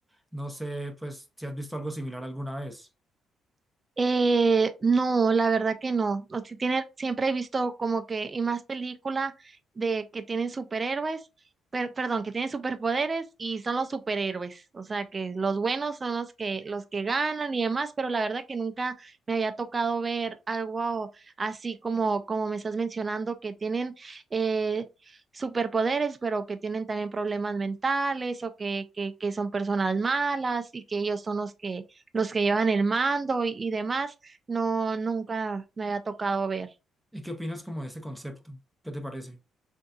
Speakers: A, in the centre; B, on the right.
A: No sé, pues, si has visto algo similar alguna vez.
B: Eh, no, la verdad que no. O sea, tiene, siempre he visto como que, y más película de que tienen superhéroes, per- perdón, que tienen superpoderes y son los superhéroes. O sea, que los buenos son los que, los que ganan y demás, pero la verdad que nunca me había tocado ver algo así como, como me estás mencionando, que tienen eh, superpoderes, pero que tienen también problemas mentales o que, que, que son personas malas y que ellos son los que los que llevan el mando y, y demás, no, nunca me había tocado ver.
A: ¿Y qué opinas como de este concepto? ¿Qué te parece?